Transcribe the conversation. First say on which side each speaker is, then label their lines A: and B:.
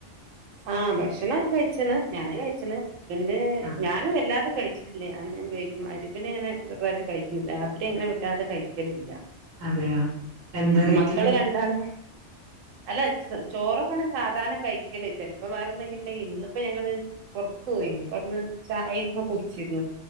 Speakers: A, on the right; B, on the right.
A: ആഹ ഭക്ഷണം കഴിച്ചണ് ഞാന് കഴിച്ചണ് പിന്റെ
B: ആഹ്
A: ഞാനും വല്ലാതെ കഴിച്ചു േ ഞാന ഞാൻ ഉയോഗിക്കുന്നു അരിവിിനെങ്ങനെ ചെറുതട്ട് കഴിച്ചില്ല രാത്രി ഇങ്ങനെ വറ്റാതെ കഴിക്കലില്ല
B: അതെയാ എന്താ
A: ഉം
B: കഴിക്കല്
A: മക്കള് രണ്ടാളും അല്ല ചോറൊങ്ങനെ സാധാരണ കഴിക്കലേ ചിലപ്പോം വേറെ എന്തെങ്കിലണ്ടെങ്കിൽ ഇന്നിപ്പോ ഞങ്ങൾ പുറത്തു പോയി ഇപ്പറന്ന് ചായക്കെ കുടിച്ചിരുന്നു